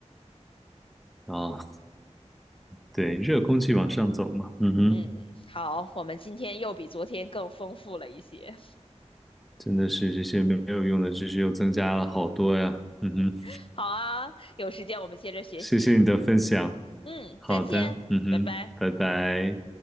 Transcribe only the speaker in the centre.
啊，对，热空气往上走嘛。嗯哼，
真的是这些没有用的知识又增加了好多呀。嗯哼，
谢谢你的分享。
好的，
嗯哼，
拜拜。